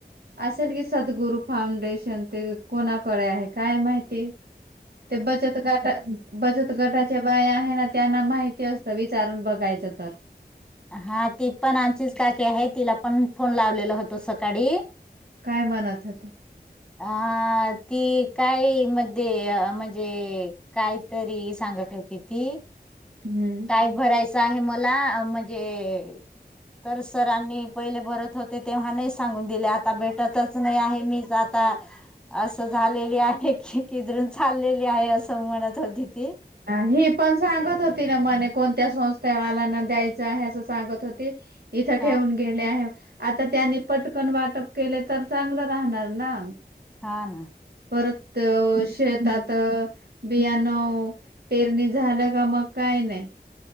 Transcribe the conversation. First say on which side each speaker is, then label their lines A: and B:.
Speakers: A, on the right; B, in the centre.
A: असेल की सद्गुरु फाउंडेशन ते कोणाकडे आहे काय माहिती ते बचत गटात बचत गटा बाय आहे ना त्यांना माहिती असतं विचारून बघायचं तर.
B: हा ती पण आमचीच काकी आहे तिला पण फोन लावलेल होतो सकाळी.
A: काय मनात ते.
B: अ ती काय मध्ये म्हणजे. कायतरी सांगत होती ती.
A: हम्म
B: काय भरायचं आहे मला म्हणजे तर सरांनी पहिले भरत होते तेव्हा नाही सांगून दिले आता भेटतच नाही आहे मी ज आता असं झालेली आहे की किदरून चाललेली आहे असं म्हणत होती ती.
A: अ ही पण सांगत होती ना म्हणे कोणत्या संस्थेवालांना द्यायचं आहे असं सांगत होती. इथं
B: हा
A: ठेऊून गेले आहे आता त्यांनी पटकन वाटप केले तर चांगलं राहणार ना.
B: हा ना
A: परत
B: हम्म.
A: शेतात बियाणं पेरणी झालं का मग काही नाही.